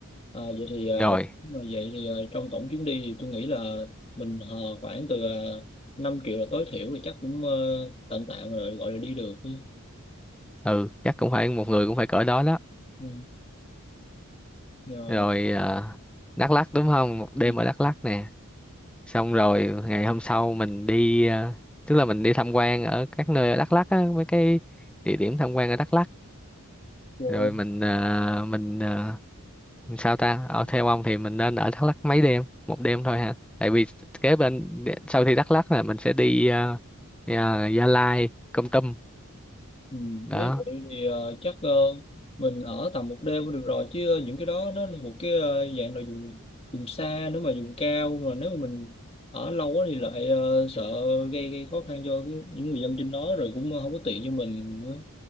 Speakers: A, on the left; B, in the centre.
A: à, vậy thì ờ,
B: Rồi,
A: mà vậy thì ờ, trong tổng chuyến đi thì tôi nghĩ là mình hờ khoảng từ uh, 5 triệu là tối thiểu thì chắc cũng ờ, tạm tạm rồi gọi là đi được đi
B: ừ, chắc cũng phải một người cũng phải cỡ đó đó.
A: ừ. rồi
B: Rồi ờ, Đắk Lắk đúng không? Một đêm
A: Ừ,
B: ở Đắk Lắk nè. xong rồi ngày hôm sau mình đi ờ, tức là mình đi tham quan ở các nơi ở Đắk Lắk á mấy cái địa điểm tham quan ở Đắk Lắk
A: ok.
B: rồi mình ờ, mình ờ, sao ta ở theo ông thì mình nên ở Đắk Lắk mấy đêm một đêm thôi hả tại vì kế bên sau khi Đắk Lắk là mình sẽ đi ờ, ờ, Gia Lai Kon Tum
A: Ừ,
B: đó
A: nếu vậy thì ờ, chắc ờ, mình ở tầm một đêm cũng được rồi chứ ờ, những cái đó nó là một cái ờ, dạng là vùng vùng xa nếu mà vùng cao mà nếu mà mình ở lâu quá thì lại ờ, sợ gây, gây khó khăn cho cái- những người dân trên đó rồi cũng không có tiện cho mình nữa